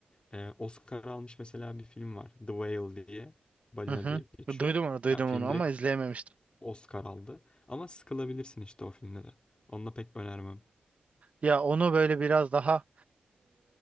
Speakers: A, on the left; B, on the right.
A: ee, Oscar almış mesela bir film var. The Whale diye. Balina
B: hı hı.
A: diye geçiyor.
B: Duydum onu, duydum
A: Yani film
B: onu ama
A: direkt
B: izleyememiştim.
A: Oscar aldı. Ama sıkılabilirsin işte o filmde de. Onu da pek önermem.
B: Ya onu böyle biraz daha